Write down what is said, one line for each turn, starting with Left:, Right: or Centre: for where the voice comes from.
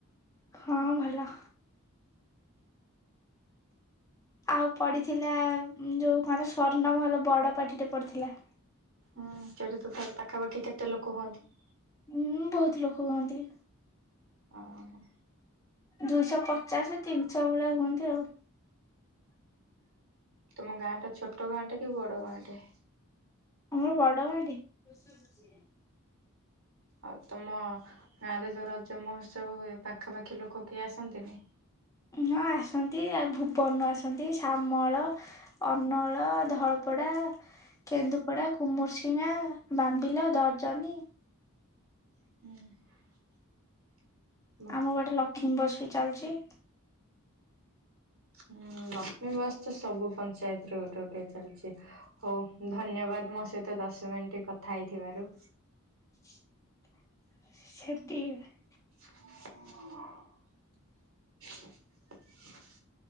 Left: ହଁ ଭଲ। ଆଉ ପଡିଥିଲା ଯଉ କଣ ସ୍ଵର୍ଣ୍ଣମହଲ ବଡ ପାଟି ଟେ ପଡିଥିଲା।
Right: ହଁ <unintelligible> ତ ପାଖାପାଖି କେତେ ଲୋକ ହୁଅନ୍ତି?
Left: ହୁଁ ବହୁତ୍ ଲୋକ ହୁଅନ୍ତି।
Right: ଓହୋ।
Left: ଦୁଇଶହ ପଚାଶେ, ତିନିଶହ ଭଳିଆ ହୁଅନ୍ତି ଆଉ।
Right: ତୁମ ଗାଁ ଟା ଛୋଟ ଗାଁ ଟେ କି ବଡ଼ ଗାଁ ଟେ?
Left: ଆମର ବଡ ଗାଁ ଟେ। <inaudible>
Right: ଆଉ ତମ ଗାଁରେ ଯୋଉ ରଜ ମହୋତ୍ସବ ହୁଏ ପାଖାପାଖି ଲୋକ କେହି ଆସନ୍ତିନି?
Left: ହଁ ଆସନ୍ତି ଆଉ ଭୁବନ ରୁ ଆସନ୍ତି ଶାମଳ ଅନଳ, ଧଳପଡ଼ା କେନ୍ଦୁପଡ଼ା, କୁମୁରସିଙ୍ଘା, ବାମ୍ବିଲା, ଦର୍ଜନୀ।
Right: ହୁଁ।
Left: ଆମ ପଟେ ଲକ୍ଷ୍ମୀ ବସ୍ ବି ଚାଲିଛି।
Right: ହୁଁ ଲକ୍ଷ୍ମୀ ବସ୍ ତ ସବୁ ପଞ୍ଚାୟତରେ ଗୋଟେ ଗୋଟେ ଚାଲିଛି। ହଉ ଧନ୍ୟବାଦ ମୋ ସହିତ ଦଶ ମିନିଟ କଥା ହେଇଥିବାରୁ।
Left: <unintelligible>
Right: <inaudible>